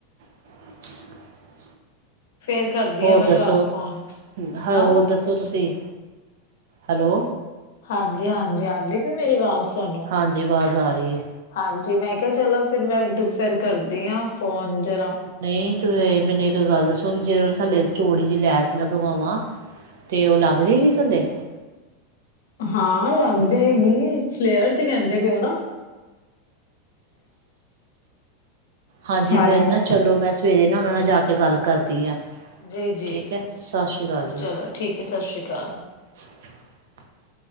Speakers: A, on the right; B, on the left.
A: <inaudible>
B: ਫੇਰ ਕਰਦੀ
A: ਹੋਰ
B: ਆ ਮੈਂ
A: ਦੱਸੋ
B: ਤੁਹਾਨੂੰ ਫੋਨ
A: ਹ
B: ਹੁਣ
A: ਹੋਰ ਦੱਸੋ ਤੁਸੀਂ ਹੈਲੋ।
B: ਹਾਂਜੀ, ਹਾਂਜੀ। ਆਂਦੀ ਪਈ ਮੇਰੀ ਆਵਾਜ਼ ਤੁਹਾਨੂੰ
A: ਹਾਂਜੀ ਆਵਾਜ਼ ਆ ਰਹੀ
B: ਹਾਂਜੀ। ਮੈਂ ਕਿਹਾ ਚਲੋ ਫਿਰ ਮੈਂ ਫਿਰ ਕਰਦੀ ਹਾਂ। ਫੋਨ ਜਰਾ
A: ਨਹੀਂ ਤੂੰ ਮੈਨੇ ਇੱਕ ਗੱਲ ਦੱਸੋ ਕਿ ਜੇ ਥੱਲੇ ਚੋੜੀ ਜਿਹੀ ਲੈਸ ਲਗਵਾਵਾ ਤੇ ਉਹ ਲੱਗ ਜਾਏਗੀ ਥੱਲੇ
B: ਹਾਂ ਲੱਗ ਜਾਏਗੀ ਫਲੇਅਰ ਤੇ ਕਹਿੰਦੇ ਪਏ ਹੋ ਨਾ।
A: ਹਾਂਜੀ
B: ਹੈਲੋ
A: ਫੇਰ ਨਾ ਚਲੋ ਮੈਂ ਸਵੇਰੇ ਨਾ ਉਹਨਾਂ ਨਾਲ ਜਾ ਕੇ ਗੱਲ ਕਰਦੀ ਹਾਂ।
B: ਜੀ ਜੀ
A: ਠੀਕ ਹੈ ਸਤਿ ਸ਼੍ਰੀ ਅਕਾਲ ਜੀ
B: ਚਲੋ ਠੀਕ ਹੈ, ਸਤਿ ਸ਼੍ਰੀ ਅਕਾਲ। <unintelligible>
A: <inaudible>